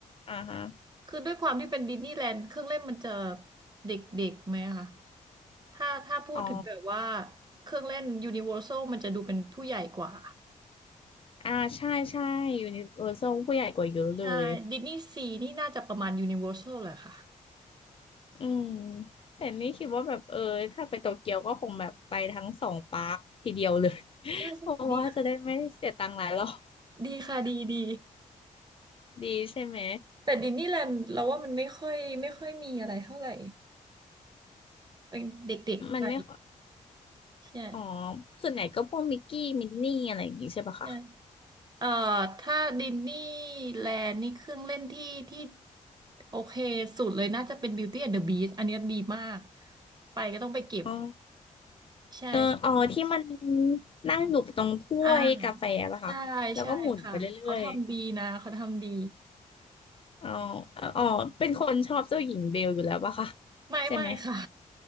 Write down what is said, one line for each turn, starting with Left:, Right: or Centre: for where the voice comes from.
Left: อ่าฮะ
Right: คือด้วยความที่เป็นดิสนีย์แลนด์เครื่องเล่นมันจะเด็กๆไหมคะถ้าถ้าพูดถึงแบบว่า
Left: อ๋อ
Right: เครื่องเล่นยูนิเวอร์แซลมันจะดูเป็นผู้ใหญ่กว่า
Left: อ่าใช่ใช่ยูนิเวอร์แซลผู้ใหญ่กว่าเยอะเลย
Right: ใช่ดิสนีย์ซีนี่น่าจะประมาณยูนิเวอร์แซลแหละค่ะ
Left: อืมแต่นี่คิดว่าแบบเออถ้าไปโตเกียวก็คงแบบไปทั้งสองปาร์คทีเดียวเลย <laughs>
Right: ใช่ใช่ดีค่ะ
Left: เพราะว่าจะได้ไม่เสียตังค์หลายรอบ
Right: ดีค่ะดีดี
Left: ดีใช่ไหม
Right: แต่ดิสนีย์แลนด์เราว่ามันไม่ค่อยไม่ค่อยมีอะไรเท่าไหร่เป็นเด็กๆไป
Left: มันไม่ค่อย
Right: ใช่
Left: อ๋อส่วนใหญ่ก็พวกมิกกี้มินนี่อะไรอย่างงี้ใช่ปะคะ
Right: ใช่เอ่อถ้าดิสนีย์แลนด์นี่เครื่องเล่นที่ที่โอเคสุดเลยน่าจะเป็น Beauty and the Beast อันเนี้ยดีมากไปก็ต้องไปเก็บ
Left: อ๋อ
Right: ใช่ใช่
Left: เอออ๋อที่มันนั่งอยู่ตรงถ้วยกาแฟป่ะคะแล้วก็หมุนไปเรื่อย
Right: อ่าใช่ใช่ค่ะเขาทำดีนะเขาทำดี
Left: ๆอ๋ออ๋อเป็นคนชอบเจ้าหญิงเบลอยู่แล้วป่ะคะ
Right: ไม่ไม่ค่ะ
Left: ใช่ไหม